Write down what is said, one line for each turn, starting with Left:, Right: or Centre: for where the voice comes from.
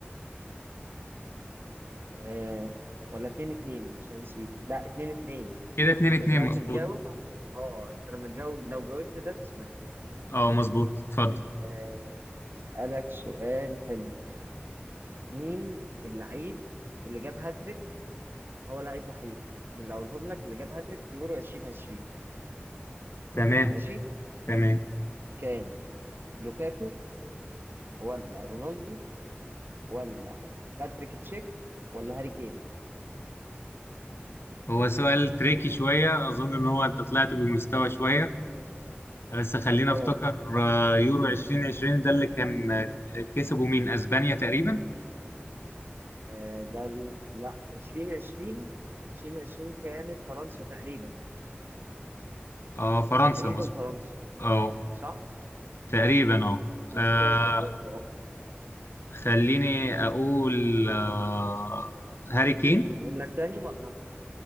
Right: آه ولا اتنين اتنين عشان نسيت لا اتنين اتنين
Left: كده اتنين
Right: انت
Left: اتنين
Right: دلوقتي
Left: مظبوط
Right: تجاوب اه انت لما تجاوب لو جاوبت ده تسبق
Left: اه مظبوط اتفضل
Right: آه اسألك سؤال حلو مين اللعيب اللي جاب هاتريك هو لعيب وحيد من اللي اقولهم لك اللي جاب هاتريك في يورو 2020
Left: تمام
Right: ماشي
Left: تمام
Right: كان لوكاكو ولا رونالدو ولا باتريك تشيك ولا هاري كين
Left: هو سؤال تريكي شوية أظن إن هو أنت طلعت بالمستوى شوية بس خلينا
Right: اه
Left: أفتكر آه، يورو 2020 ده اللي كان آه، كسبوا مين أسبانيا تقريبا
Right: آه، ده ال... لا 2020 2020 كانت فرنسا تقريبا
Left: اه فرنسا
Right: تقريبا
Left: مظبوط
Right: فرنسا
Left: اه
Right: صح
Left: تقريبا
Right: انا
Left: اه آه،
Right: مش فاكر برضه اه
Left: خليني اقول آه، هاري كين
Right: اقولهم لك تاني ولا